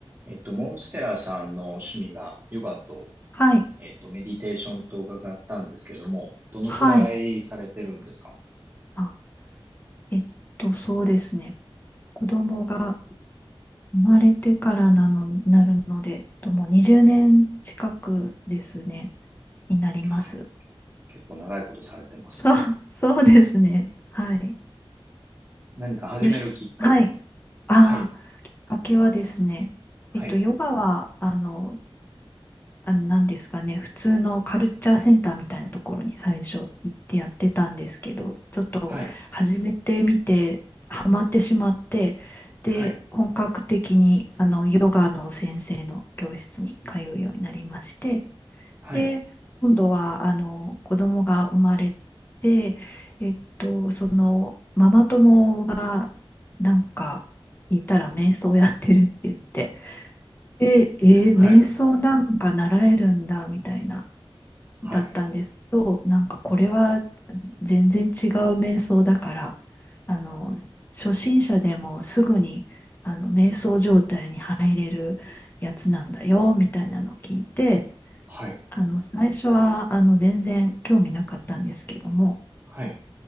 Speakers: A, on the right; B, on the left.
A: えっと、モンステラさんの趣味がヨガと、
B: はい、
A: えっと、メディテーションと伺ったんですけども、どのくらいされてるんですか
B: はい。あ、えっと、そうですね。子供が生まれてからなの、なるので、ともう20年近くですね、になります。
A: はい結構長いことされてますね。
B: そう、<laughs> そうですね。はい。
A: 何か始めるきっかけ、
B: よし、はい。ああ、
A: はい、
B: 明けはですね、
A: はい、
B: えっと、ヨガは、あの、あのなんですかね普通のカルチャーセンターみたいなところに最初行ってやってたんですけどちょっと始めてみてハマってしまって
A: はい、
B: で本格的にあのヨガの先生の教室に通うようになりまして
A: はい、はい、
B: で今度はあの子供が生まれてえっとそのママ友がなんかいたら瞑想やってるって言ってで、えー瞑想なんか習えるんだみたいな
A: はい、
B: だったんですけど、なんかこれは全然違う瞑想だから、あの初心者でもすぐにあの瞑想状態に入れるやつなんだよみたいなのを聞いて、
A: はい、
B: あの最初はあの全然興味なかったんですけども、
A: はい、